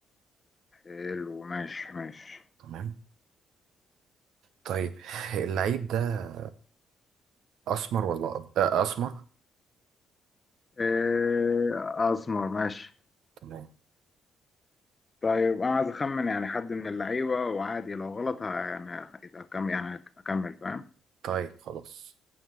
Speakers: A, on the left (about 30°); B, on the right (about 75°).
A: حلو ماشي ماشي
B: تمام طيب اللعيب ده أسمر ولا أب- آه، أسمر
A: آه، اسمر ماشي
B: تمام
A: طيب انا عايز اخمن يعني حد من اللعيبه وعادي لو غلط ه- يعني اكمل يعني اكمل فاهم
B: طيب خلاص